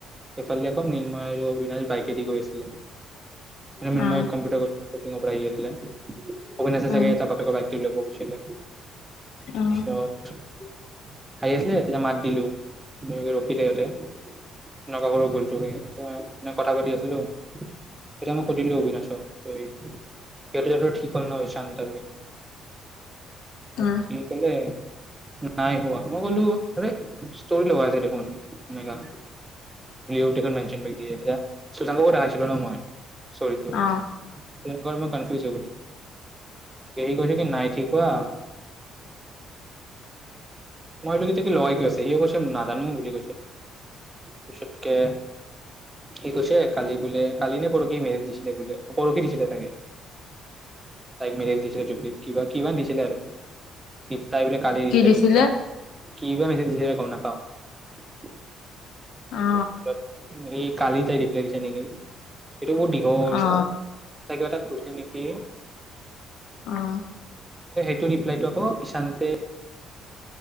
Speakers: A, on the right (about 15°); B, on the left (about 75°).
A: এফালে আকৌ নিন্ময় আৰু অবিনাশ বাইকেদি গৈ আছিলে মই মিন্ময়
B: অ
A: কম্পিউটাৰ কৰো কোচিঙৰ পৰা আহি আছিলে অভিনাশে
B: উ
A: চাগে তাৰ বাপেকৰ বাইক লব গৈছিলে
B: উ
A: চত আহি আছিলে তেতিয়া মাত দিলোে ৰখিলে সিহঁতে এনেকুৱা কৰ গলটো খি কথা পাতি আছিলো তেতিয়া মই সুধিলো অবিনাশক এই সিহতে ঠিক হল ন চান আৰু
B: উ
A: কি কলে নাই কোৱা মই কলো আৰে ষ্টোৰী লগাই আছে দেখোন মেঘা অধিকাৰ নাই সুজান মুখন আহিছিলোঁ ন মই চৰিটো
B: অ
A: সেইকাৰনে কনফিউজ হৈ গলো কি নাই ঠিক হোৱা মই বোলো সি লগাই কি আছে সিও কৈছে নাজানো বুলি কৈছে পিছতকে সি কৈছে কালি বোলে কালি নে পৰহি মেজ দিছিলে বোলে পৰহি দিছিলে চাগে তাইক মেৰেজ দিছিলে জুবলিক কিবা কিমান দিছিলে আৰু তাই বোলে কালি ৰিপ্লাই
B: কি দিছিলে
A: দিছে কিবা গম নেপাওঁ <unintelligible>
B: অ
A: হেৰি কালি তাই ৰিপ্লাই দিছে নেকি এইটো বোৰ দীঘ'ল
B: অ
A: তাই কিবা এটা কৈছিল নেকি
B: অ
A: এইটো ৰিপলাইটো আকৌ ইছানতে